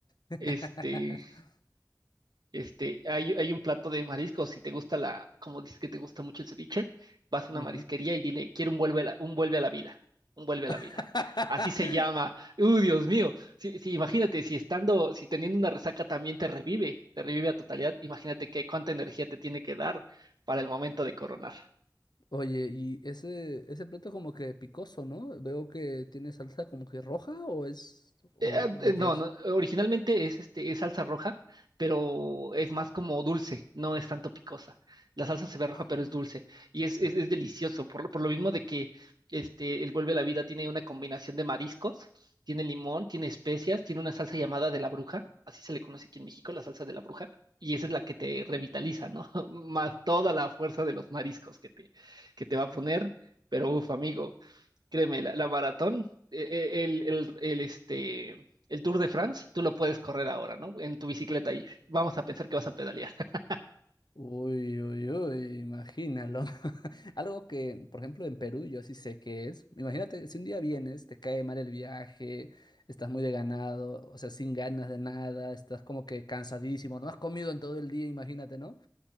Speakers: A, on the left (about 70°); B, on the right (about 70°).
A: <laughs>
B: Este, Este, hay, hay un plato de mariscos, si te gusta la, como dices que te gusta mucho el ceviche, vas a
A: Ujú.
B: una marisquería y dile, quiero un vuelve a la, un vuelve a la vida, un vuelve a la vida.
A: <laughs>
B: Así se llama. ¡Uh, Dios mío! Sí, sí, imagínate, si estando, si teniendo una resaca también te revive, te revive a totalidad, imagínate qué cuánta energía te tiene que dar para el momento de coronar.
A: Oye, y ese, ese plato como que picoso, ¿no? Veo que tiene salsa como que roja o es, o
B: Eh, ah, eh,
A: de
B: No,
A: qué es.
B: no, originalmente es este, es salsa roja, pero es más como dulce, no es tanto picosa. La salsa se ve roja,
A: Ah.
B: pero es dulce y es, es, es delicioso, por, lo por lo mismo de que este, el Vuelve a la Vida tiene una combinación de mariscos, tiene limón, tiene especias, tiene una salsa llamada de la bruja, así se le conoce aquí en México, la salsa de la bruja, y esa es la que te revitaliza, ¿no? <laughs> Más toda la fuerza de los mariscos que te, que te va a poner, pero uf, amigo. Créeme, la, la maratón, eh, eh, el, el, el, este, el Tour de France, tú lo puedes correr ahora, ¿no? En tu bicicleta y vamos a pensar que vas a pedalear. <laughs>
A: Uy, uy, uy, imagínalo. <laughs> Algo que, por ejemplo, en Perú yo sí sé qué es. Imagínate, si un día vienes, te cae mal el viaje, estás muy deganado, o sea, sin ganas de nada, estás como que cansadísimo, no has comido en todo el día, imagínate, ¿no?